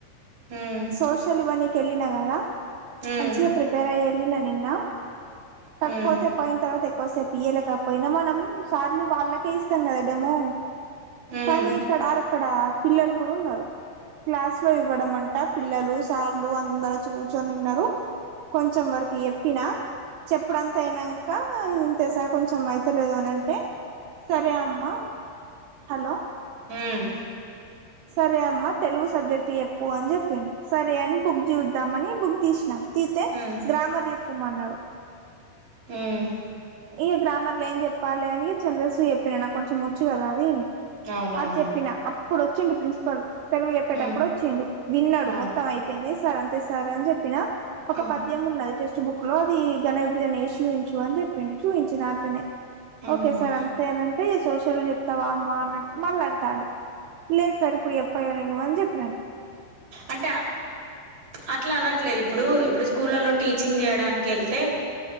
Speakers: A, on the right; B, on the right.
A: మ్మ్.
B: సోషల్ ఇవన్నీక వెళ్ళిన కదా
A: మ్మ్.
B: మంచిగా ప్రిపేర్ అయ్యి ఏళ్లిన నిన్న కాకపోతే
A: మ్మ్.
B: పాయిన తర్వాత సేపు ఇవ్వలేకపోయినా మనం సార్లు వాళ్ళకే ఇస్తాం కదా డేమో
A: మ్మ్.
B: కానీ ఇక్కడరక్కడ పిల్లలు కూడా ఉన్నారు క్లాస్ లో ఇవ్వడం అంట పిల్లలు సార్లు అందరు కూర్చొని ఉన్నారు కొంచం వరకు ఎప్పినా చెప్పడంత అయినాక ఇంతే సార్ కొంచెం అయితలేదు అనింటే సరే అమ్మా హలో
A: మ్మ్.
B: సరే అమ్మ తెలుగు సబ్జెక్ట్ ఎప్పు అని చెప్పిడు సరే అని బుక్ చూద్దామని బుక్ తీసినాం తీతే
A: మ్మ్.
B: గ్రామర్ చెప్పమన్నాడు
A: ఉమ్
B: ఈ గ్రామర్ లో ఏం చెప్పాలి అని చంద్రశూ చెప్పిన నా కొంచెం వచ్చు కదా అది
A: అవునవును
B: అది చెప్పిన అప్పుడు వచ్చిండు ప్రిన్సిపల్ తెలుగు చెప్పేటప్పుడు
A: మ్మ్.
B: వచ్చిండు విన్నాడు
A: ఆ.
B: మొత్తం అయిపోయింది సార్ అంతే సార్ అని చెప్పిన ఒక
A: ఆ.
B: పద్యం ఉన్నది టెక్స్ట్ బుక్ లో అది ఘన విభజన ఏసి చూపించు అని చెప్పిడు చూపించిన అట్లనే
A: మ్మ్.
B: ఓకే సార్ అంతే ఏనంటే సోష షల్ చెప్తావా అమ్మా అ మళ్ళ అంటాడు లేదు సార్ ఇప్పుడు చెప్పయ నే అని చెప్ప
A: అంటే అట్లా అనట్లేదు ఇప్పుడు ఇప్పుడు స్కూలలో టీచింగ్ చేయడానికి వెళ్తే